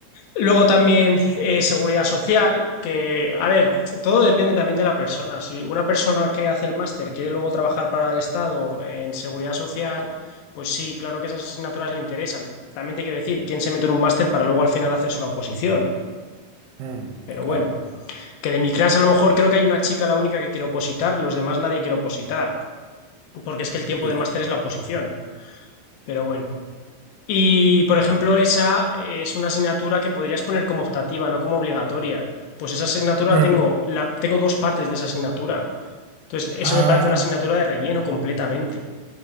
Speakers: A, on the left (about 80°); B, on the right (about 80°).
A: Luego también eh, seguridad social, que, a ver, todo depende también de la persona. Si una persona que hace el máster quiere luego trabajar para el Estado en seguridad social, pues sí, claro que esas asignaturas le interesan. También te quiero decir, ¿quién se mete en un máster para luego al final hacerse una oposición?
B: Mm,
A: Pero
B: claro.
A: bueno, que de mi clase a lo mejor creo que hay una chica la única que quiere opositar, los demás nadie quiere opositar, porque es que el tiempo
B: Di.
A: de máster es la oposición. Pero bueno. Y, por ejemplo, esa es una asignatura que podrías poner como optativa, no como obligatoria. Pues esa asignatura
B: Mm.
A: tengo, la, tengo dos partes de esa asignatura. Entonces, eso
B: Ah.
A: me parece una asignatura de relleno completamente